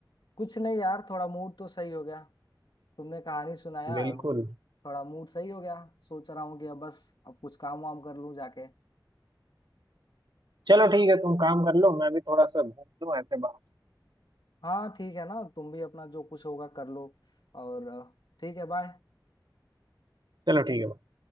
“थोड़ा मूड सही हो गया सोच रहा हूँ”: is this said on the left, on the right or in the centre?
Left